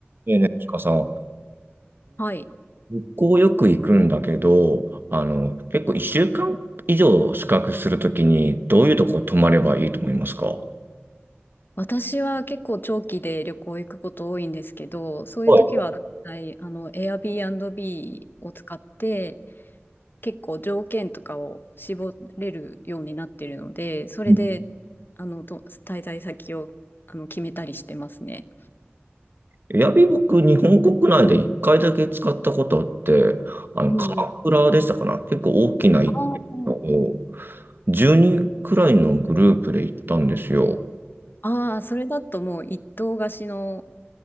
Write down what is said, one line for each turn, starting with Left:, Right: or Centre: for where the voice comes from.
Right: ねえねえ、ちかさん、
Left: はい。
Right: 旅行よく行くんだけど、あの、結構1週間以上宿泊するときに、どういうとこ泊まればいいと思いますかは
Left: 私は結構長期で旅行行くこと多いんですけど、そういう時は、
Right: い。
Left: はい、あの、Airbnb を使って、結構条件とかを絞れるようになってるので、それで、
Right: うん
Left: あの、と、滞在先を、あの、決めたりしてますね。
Right: エアビー僕、日本国内で1回だけ使ったことあって、あの、
Left: うんうん。
Right: 鎌倉でしたかな結構大きな一軒家を、
Left: あー
Right: 10人くらいのグループで行ったんですよ。
Left: あー、それだともう一棟貸しの